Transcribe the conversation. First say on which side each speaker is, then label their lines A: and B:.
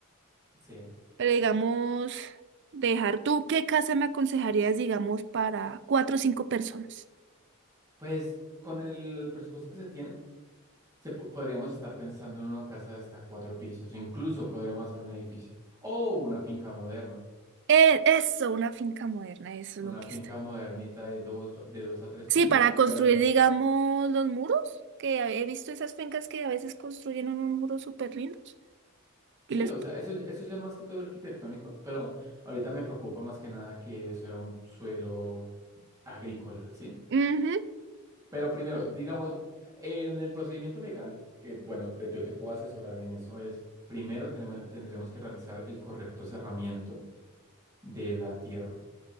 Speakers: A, on the right (about 15°); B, on the right (about 55°).
A: sí,
B: Pero digamos, dejar, ¿tú qué casa me aconsejarías, digamos, para cuatro o cinco personas?
A: pues con el presupuesto que se tiene, se po- podríamos estar pensando en una casa de hasta cuatro pisos, incluso podríamos hacer un edificio o una finca moderna,
B: Eh, eso, una finca moderna, eso
A: una
B: es lo que
A: finca
B: está.
A: modernita de dos, de dos a tres
B: Sí,
A: pisos,
B: para construir,
A: pero
B: digamos, los muros, que he visto esas fincas que a veces construyen unos muros súper lindos.
A: Sí,
B: Y les...
A: o sea, eso, eso ya es más que todo arquitectónico, pero ahorita me preocupa más que nada que eso era un suelo agrícola, ¿sí?
B: Ujú,
A: Pero primero, digamos, en el procedimiento legal, que bueno, te- yo te puedo asesorar en eso, es primero tenemos- tendremos que realizar el correcto cerramiento de la tierra.